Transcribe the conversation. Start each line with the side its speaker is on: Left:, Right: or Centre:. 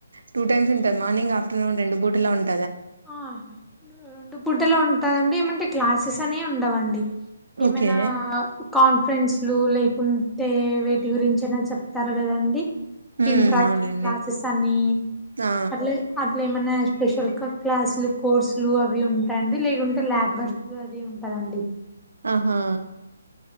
Right: టూ టైమ్స్ ఉంటాయి మార్నింగ్ ఆఫ్టర్న ఒ రెండుబూటలుంట
Centre: ఆ రెండు పుట్టలుంటదండి ఏమంటే క్లాసెసనే ఉండవండి ఏమైనా
Right: ఓకే
Centre: కాన్ఫరెన్స్లు లైక్ ఉంటే వేటి గురించైనా చెప్తారు గదండి
Right: ఉమ్
Centre: ఇంట్రాక్షన్
Right: అవునులేండి
Centre: క్లాసెసన్ని
Right: ఆ
Centre: అట్ల అట్లేమన్నా స్పెషల్ క్లాస్లు కోర్సులు అవి ఉంటాయండి లేకుంటే ల్యాబ్ వర్క్ అది ఉంటదండి.
Right: ఆహా